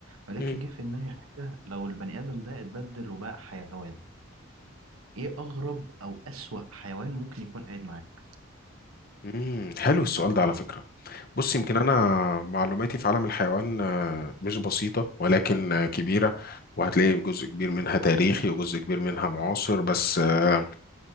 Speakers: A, on the right (about 85°); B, on the left (about 45°).
A: ولكن
B: مم.
A: جه في دماغي حاجة لو البني آدم ده اتبدل وبقى حيوان إيه أغرب أو أسوأ حيوان ممكن يكون قاعد معاك؟
B: مم، حلو السؤال ده على فكرة بص يمكن أنا معلوماتي في عالم الحيوان آه، مش بسيطة ولكن آه، كبيرة وهتلاقي جزء كبير منها تاريخي وجزء كبير منها معاصر بس آه،